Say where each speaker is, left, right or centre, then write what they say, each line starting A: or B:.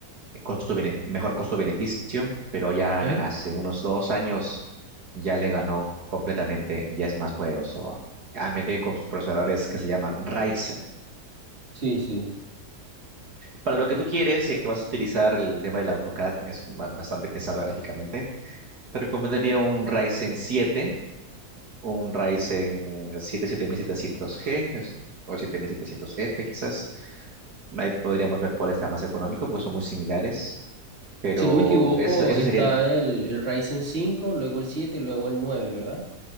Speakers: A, on the right; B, on the right.
A: eh, costo bene- mejor costo-beneficio, pero ya
B: ¿ok?
A: hace unos dos años ya le ganó completamente, ya es más poderoso a AMD con sus procesadores que se llaman Ryzen.
B: Sí, sí.
A: Para lo que tú quieres, ya que vas a utilizar el tema del AutoCAD, es ba- bastante pesado gráficamente, te recomendaría un Ryzen siete un Ryzen siete siete mil setecientos g es- o siete mil setecientos f quizás. Ahí podríamos ver cuál está más económico, porque son muy similares. Pero
B: Si no me equivoco,
A: eso, eso
B: está
A: sería
B: el, el Ryzen cinco, luego el 7 y luego el nueve, ¿verdad?